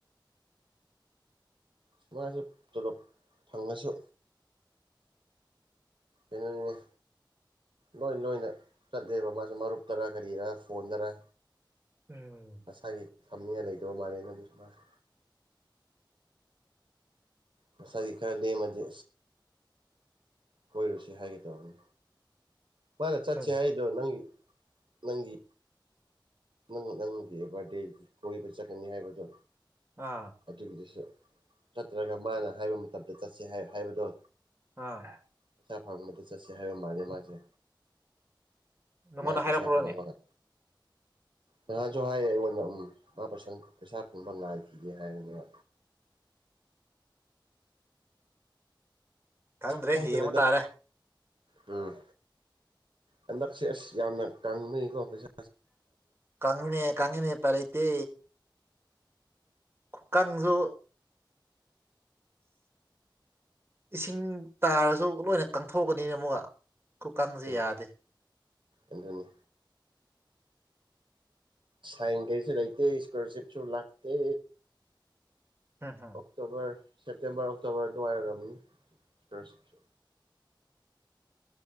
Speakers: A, on the right; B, on the right.
A: ꯁꯨꯃꯥꯏꯅꯁꯨ ꯄꫭꯂꫭꯞ ꯐꯪꯉꯁꯨ ꯀꯩꯅꯣꯅꯤꯅꯦ ꯂꯣꯏ ꯂꯣꯏꯅ ꯆꯠꯂꯦꯕ ꯃꯥꯁꯨ ꯃꯔꯨꯞꯇꯔ ꯀꯔꯤꯔꯥ ꯐꯣꯟꯗꯔ
B: ꯎꯝ
A: ꯃꯁꯥꯒꯤ ꯊꯝꯅꯤꯡꯉꯥꯏ ꯂꯩꯗꯕ ꯃꯥꯜꯂꯦꯅ ꯑꯗꯨꯗꯤ ꯃꯥꯁ ꯃꯁꯥꯒꯤ ꯈꯔ ꯂꯦꯝꯃꯗꯤ ꯀꯣꯏꯔꯨꯁꯤ ꯍꯥꯏꯒꯦ ꯇꯧꯅꯤ ꯃꯥꯅ ꯆꯠꯁ
B: ꯍꯝ
A: ꯍꯥꯏꯗꯣ ꯅꯪꯒꯤ ꯅꯪꯒꯤ ꯅꯪ ꯅꯪꯒꯤ ꯕꯥꯔꯗꯦꯒꯤ ꯀꯣꯏꯕ ꯆꯠꯀꯅꯤ ꯍꯥꯏꯕꯗꯣ
B: ꯑꯥ
A: ꯑꯗꯨꯒꯤꯗꯨꯁꯨ ꯆꯠꯇ꯭ꯔꯒ ꯃꯥꯅ ꯍꯥꯏꯕ ꯃꯇꯝꯗ ꯆꯠꯁꯦ ꯍꯥꯏ ꯍꯥꯏꯕꯗꯣ
B: ꯑꯥ
A: ꯄꯩꯁꯥ ꯐꯪꯕꯗ ꯆꯠꯁꯦ ꯍꯥꯏꯕ ꯃꯥꯜꯂ ꯃꯥꯁꯦ
B: ꯅꯪꯉꯣꯟꯗ
A: ꯃꯥꯥꯏ ꯄꯩꯁꯥ
B: ꯍꯥꯏꯔꯛꯄ꯭ꯔꯣꯅꯦ
A: ꯐꯪꯕꯒ ꯅꯍꯥꯟꯁꯨ ꯍꯥꯏꯌꯦ ꯑꯩꯉꯣꯟꯗ ꯎꯝ ꯃꯥ ꯄꯩꯁꯪ ꯄꯩꯁꯥ ꯐꯪꯕ ꯉꯥꯏꯈꯤꯒꯦ ꯍꯥꯏꯌꯦꯕ
B: ꯈꯪꯗ꯭ꯔꯦ
A: ꯈꯪꯗꯔꯦꯗ
B: ꯌꯦꯡꯕ ꯇꯥꯔꯦ
A: ꯎꯝ ꯑꯦꯟꯗꯛ ꯁꯤ ꯑꯁ ꯌꯥꯝꯅ ꯀꯥꯡꯅꯀꯣ ꯄꯩꯁꯥ
B: ꯀꯪꯉꯦꯅꯦ ꯀꯪꯉꯦꯅꯦ ꯎꯄꯥꯏ ꯂꯩꯇꯦ ꯀꯥꯡꯖꯨ ꯏꯁꯤꯡ ꯇꯥꯔꯁꯨ ꯂꯣꯏꯅ ꯀꯪꯊꯣꯛꯀꯅꯤꯅ ꯑꯃꯨꯛꯒ ꯈꯨꯀꯪꯁꯦ
A: ꯎꯝ
B: ꯌꯥꯗꯦ
A: ꯑꯗꯨꯅꯤ ꯁꯥꯏꯟ ꯀꯔꯤꯁꯨ ꯂꯩꯇꯦ ꯏꯁꯀꯣꯂꯔꯁꯤꯞꯁꯨ ꯂꯥꯛꯇꯦ
B: <unintelligible>
A: ꯑꯣꯛꯇꯣꯕꯔ ꯁꯦꯞꯇꯦꯝꯕꯔ ꯑꯣꯛꯇꯣꯕꯔ ꯑꯗꯨꯋꯥꯏ ꯑꯣꯏꯔꯕꯅꯤ ꯁꯀꯣꯂꯔꯁꯤꯞꯁꯨ